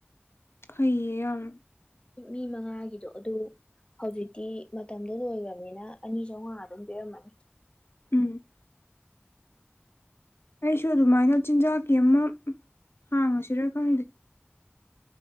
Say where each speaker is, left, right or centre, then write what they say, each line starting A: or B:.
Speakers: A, on the left; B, on the left.
A: ꯐꯩꯌꯦ ꯌꯥꯝ
B: ꯃꯤ ꯃꯉꯥꯒꯤꯗꯣ ꯑꯗꯨ ꯍꯧꯖꯤꯛꯇꯤ ꯃꯇꯝꯗꯣ ꯂꯣꯏꯒꯔꯝꯅꯤꯅ ꯑꯅꯤ ꯆꯧꯉꯥ ꯑꯗꯨꯝ ꯄꯤꯔꯝꯃꯅꯤ
A: ꯎꯝ ꯑꯩꯁꯨ ꯑꯗꯨꯃꯥꯏꯅ ꯆꯤꯟꯖꯥꯛꯀꯤ ꯑꯃ ꯍꯥꯡꯉꯁꯤꯔꯥ ꯈꯪꯗꯦ